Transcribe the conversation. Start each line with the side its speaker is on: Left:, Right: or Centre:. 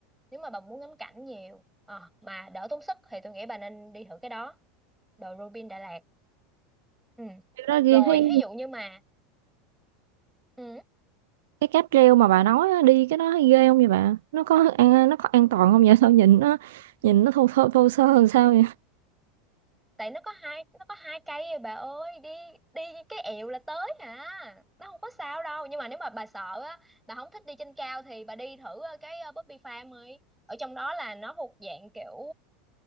Centre: nếu mà bà muốn ngắm cảnh nhiều Ờ, mà đỡ tốn sức thì tôi nghĩ bà nên đi thử cái đó đồi Robin Đà Lạt ừ.
Right: cái đó ghê
Centre: rồi
Right: thấy
Centre: ví dụ như mà ừ,
Right: cái cáp treo mà bà nói á, đi cái đó thấy ghê không vậy bà nó có an nó có an toàn không vậy sao nhìn nó nhìn nó thô thô, thô sơ làm sao vậy
Centre: tại nó có hai nó có hai cây rồi bà ơi đi đi cái ẹo là tới hả? nó không có sao đâu nhưng mà nếu mà bà sợ á bà không thích đi trên cao thì bà đi thử ờ, cái ờ, Bobby Farm ấy ở trong đó là nó thuộc dạng kiểu